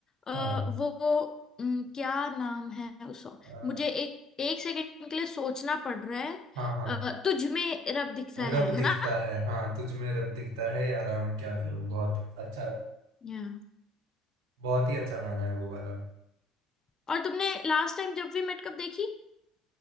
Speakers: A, on the left; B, on the right.
A: अ,
B: हाँ
A: वो अम, क्या नाम है उस सॉन्ग
B: अ,
A: मुझे एक एक सेकंड के लिए सोचना पड़ रहा है
B: हाँ हाँ
A: अ, तुझ में रब दिखता
B: रब
A: है है
B: दिखता
A: ना
B: है हाँ तुझ में रब दिखता है यारा मैं क्या करूँ बहुत अच्छा
A: या
B: बहुत ही अच्छा गाना है वो वाला
A: और तुमने लास्ट टाइम जब वी मेट कब देखी